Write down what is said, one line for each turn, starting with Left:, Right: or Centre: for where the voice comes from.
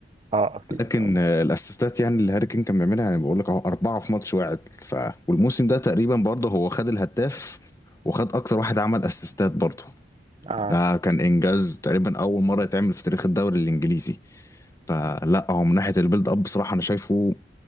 Right: اه اكيد
Left: لكن
Right: اه
Left: آه، الاسيستات يعني اللي هاري كين كان بيعملها يعني بقول لك اهو اربعه في ماتش واحد ف والموسم ده تقريبا برضه هو خد الهداف وخد اكتر واحد عمل اسيستات برضه
Right: اه
Left: ده كان انجاز تقريبا اول مره يتعمل في تاريخ الدوري الانجليزي فلا هو من ناحيه البيلد اب بصراحه انا شايفه